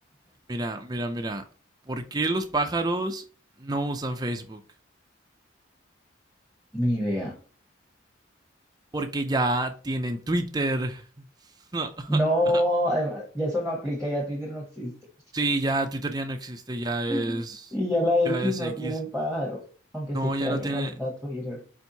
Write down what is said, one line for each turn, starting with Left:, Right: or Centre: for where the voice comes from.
Right: Mira, mira, mira. ¿Por qué los pájaros no usan Facebook?
Centre: Ni idea.
Right: Porque ya tienen Twitter. <laughs>
Centre: No, además, ya eso no aplica, ya Twitter no existe.
Right: Sí, ya Twitter ya no existe, ya es,
Centre: <laughs> Y ya la X
Right: ya es
Centre: no
Right: X.
Centre: tiene el pájaro, aunque sí
Right: No,
Centre: extraño
Right: ya no tiene.
Centre: cuando era Twitter.